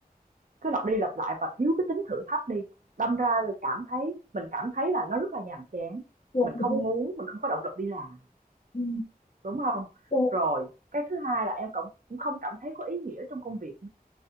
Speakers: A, on the right (about 55°); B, on the left (about 40°).
A: cứ lặp đi lặp lại và thiếu cái tính thử thách đi đâm ra cảm thấy mình cảm thấy là nó rất là nhàm chán
B: dạ
A: mình
B: đúng
A: không
B: rồi
A: muốn mình không có động lực đi làm
B: ừ.
A: đúng không
B: dạ
A: rồi cái thứ hai là em cũng cũng không cảm thấy có ý nghĩa trong công việc